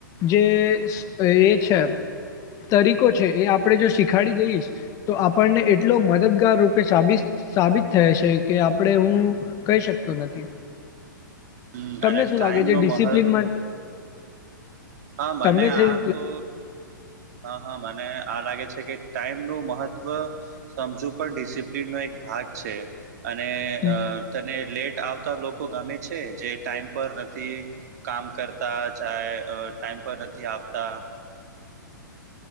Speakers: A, on the left (about 30°); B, on the right (about 55°).
A: જે એ છે તરીકો છે એ આપણેે જો શીખાડી દઈશ તો આપણને એટલો મદદગાર રૂપે સાબિત સાબિત થાય છે કે આપણે હું કહી શકતો નથી
B: હમ
A: તમને
B: અને
A: શું
B: ટાઈમ
A: લાગે છે
B: નો
A: ડિસિપ્લિન
B: મહ
A: માટે
B: હા મને
A: તમને શ
B: આ તો હા હા મને આ લાગે છે કે ટાઈમ નું મહત્ત્વ સમજુ પણ ડિસિપ્લિન નો એક ભાગ છે અને
A: લાગે
B: અ તને લેટ આવતા લોકો ગમે છે જે ટાઈમ પર નથી કામ કરતા જાય ટાઈમ પર નથી આવતા